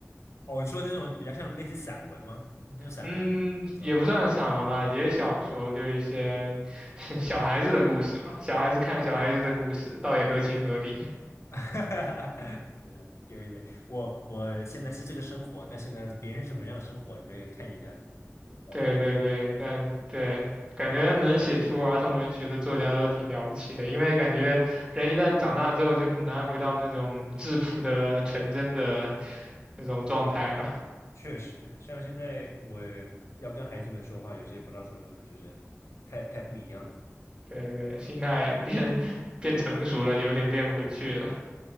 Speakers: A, on the left; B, on the right.
A: 哦，你说那种比较像类似散文吗？那种散文这种。
B: 嗯，也不算散文吧，也是小说，就是一些 <laughs> 小孩子的故事嘛，小孩子看小孩子的故事，
A: 呃
B: 倒也合情合理。
A: <laughs> 哈哈哈，<laughs> 是有一点，我我现在是这个生活，但是呢，别人是什么样的生活，你这个看一下，不知道。
B: 对对对，但对，感觉能写出儿童文学的作家都挺了不起的，因为感觉人一旦长大之后就很难回到那种质朴的、纯真的那种状态吧。
A: 确实，像现在我要跟孩子们说话，有时也不知道说什么，就是太太不一样了，
B: 对对，心态变 <laughs> 变成熟了，有点变不回去了。